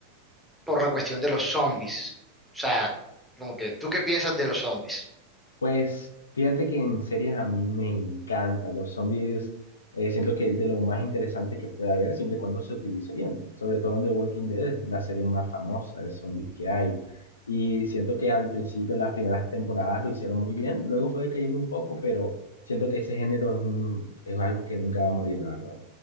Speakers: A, in the centre; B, on the left.
A: por la cuestión de los zombies. O sea, como que, ¿tú qué piensas de los zombies?
B: Pues fíjate que en series a mí me encanta. Los zombies eh, siento que es de lo más interesante que puede haber, siempre y cuando se utilice bien. Sobre todo en The Walking Dead, es la serie más famosa de zombies que hay. Y siento que al principio, las primeras temporadas lo hicieron muy bien. Luego fue decayendo un poco, pero siento que ese género es un, es algo que nunca va a morir, la verdad.